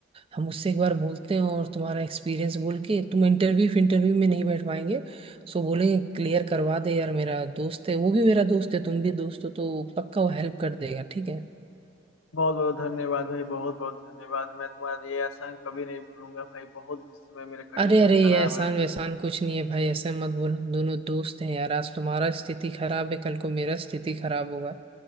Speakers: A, on the right (about 25°); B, on the left (about 85°).
A: हम उससे एक बार बोलते हैं और तुम्हारा एक्सपीरियंस बोल के तुम इंटरव्यू इंटरव्यू में नहीं बैठ पाएंगे सो बोलेंगे क्लियर करवा दे यार मेरा दोस्त है वो भी मेरा दोस्त है तुम भी दोस्त हो तो पक्का वो हेल्प कर देगा ठीक है
B: बहुत बहुत धन्यवाद भाई बहुत बहुत धन्यवाद मैं तुम्हारा ये एहसान कभी नहीं भूलूंगा भाई बहुत इस समय मेरा कंडीशन
A: अरे अरे ये
B: खराब
A: एहसान
B: है
A: वैसान कुछ नहीं है भाई ऐसे मत बोलो हम दोनों दोस्त हैं यार आज तुम्हारा स्थिति खराब है कल को मेरा स्थिति खराब होगा